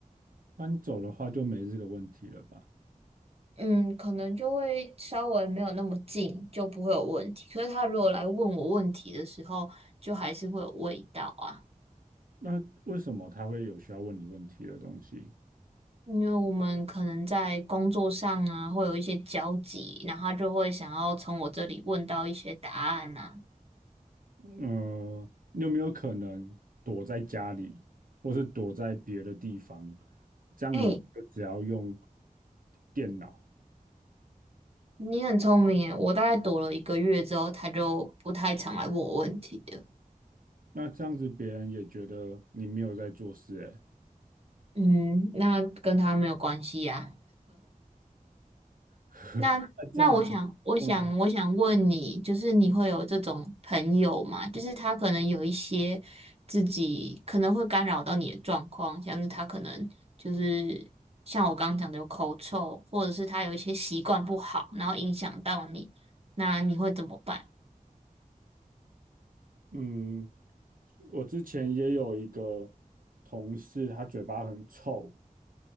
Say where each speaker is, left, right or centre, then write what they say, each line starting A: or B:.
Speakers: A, on the right; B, on the right.
A: 搬走的话就没这个问题了吧？
B: 嗯，可能就会稍微没有那么近，就不会有问题。可是他如果来问我问题的时候，就还是会有味道啊，
A: 那为什么他会有需要问你问题的东西？
B: 因为我们可能在工作上啊会有一些交集，然后他就会想要从我这里问到一些答案啊。
A: 嗯，你有没有可能躲在家里，或是躲在别的地方？这样你们就只要用
B: 哎、
A: 电脑，
B: 你很聪明耶，我大概躲了一个月之后，他就不太常来问我问题的。
A: 那这样子别人也觉得你没有在做事、欸，
B: 嗯，那跟他没有关系呀、
A: <laughs>
B: 那那我想，
A: 那这样子，
B: 我想，
A: 嗯
B: 我想问你，就是你会有这种朋友吗？就是他可能有一些自己可能会干扰到你的状况，像是他可能就是像我刚刚讲的有口臭，或者是他有一些习惯不好，然后影响到你，那你会怎么办？
A: 嗯，我之前也有一个同事，他嘴巴很臭，